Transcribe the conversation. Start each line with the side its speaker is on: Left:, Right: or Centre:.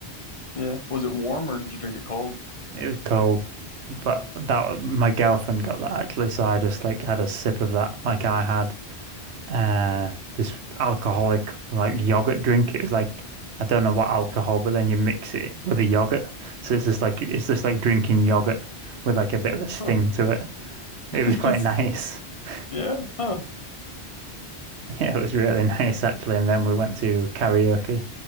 Left: yeah. Was it warm or did you drink it cold?
Right: it was cold but that my girlfriend got that actually so I just like had a sip of that like I had uh this alcoholic like yogurt drink. It was like I don't know what alcohol, but then you mix it with a yogurt. So it's just like it's just like drinking yogurt with like a bit of a sting
Left: Huh.
Right: to it.
Left: <laughs>
Right: It was
Left: I guess-
Right: quite nice. <laughs>
Left: yeah, huh.
Right: Yeah, it was really nice actually. And then we went to karaoke,